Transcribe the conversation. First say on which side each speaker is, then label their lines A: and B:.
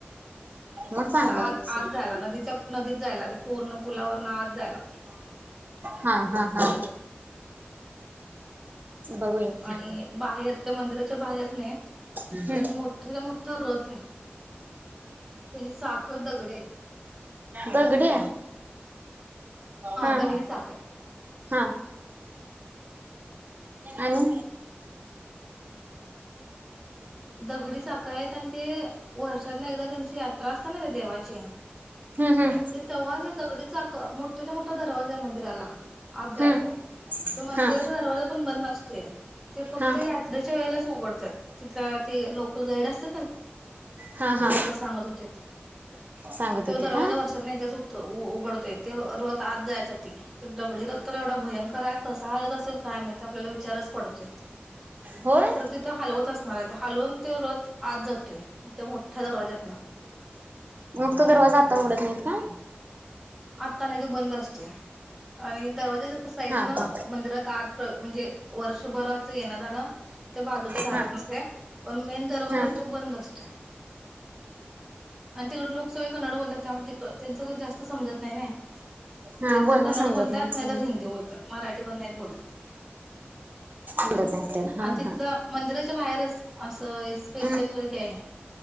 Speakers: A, on the right; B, in the centre.
A: मग चांगला
B: खरं आज
A: आहे की.
B: आज जायला नदीच्या नदीत जायला ते पूर्ण पुलावर पण आज झाला
A: हा हा हा बघूया
B: आणि बाहेर त्या मंदिराच्या बाहेर नाही
A: हम्म
B: एक मोठाच्या मोठा रथ आहे त्याची चाक दगडी आहेत
A: दगडे हा
B: दगडी चाक आहेत
A: हा आणि
B: दगडी चाक आहेत आणि ते वर्षातना एकदा त्यांची यात्रा असते ना त्या देवाची
A: हम्म हम्म
B: ते तव्हा दगडी चाक मोठाच्या मोठा दरवाजा मंदिराला आत जायला
A: हम्म
B: तो मंदिराचा
A: हा
B: दरवाजा पण बंद ते फक्त
A: हा
B: यात्रेच्या वेळेलाच उघडडत्यात तिथ ते लोकल गाईड असत्यात
A: हा
B: ते
A: हा
B: लोक सांगत होते
A: सांगत
B: त्यो
A: होते
B: दरवाजा
A: का
B: वर्षात नाही त्याच उघडतोय ते रत आज जायसाठी तर दगडी रत एवढा भयंकर हाय कसा हलत असेल काय माहीत आपल्याला विचारच पडतोय
A: होय
B: खरं तिथं हलवत असणार आहे ते हलवून त्यो रथ आत जात त्या मोठ्या दरवाजातन
A: मग तो दरवाजा आता उघडत नाहीत का
B: आता नाही ते बंद असते आणि दरवाजा साहितन
A: हा हा
B: मंदिरात आज म्हणजे वर्षभर अस येण जाणं त्या बाजूच्या दारात
A: हा
B: नसते पण मेन दरवाजा
A: हा
B: आहे तो बंद असते आणि तिकड लोक सगळे कन्नड बोलत्यात त्यामुळे तिकड त्यांचं जास्त समजत नाही नय
A: हा
B: कधीतरी
A: बोलणं
B: कन्नड
A: समजत
B: बोलतात
A: नाही
B: नाहीतर हिंदी बोलतात मराठी पण नाही बोलत
A: बोलत नाही तर हा
B: आणि तिथलं
A: हा
B: मंदिराच्या बाहेरच असं स्पेशल
A: हा
B: हे आहे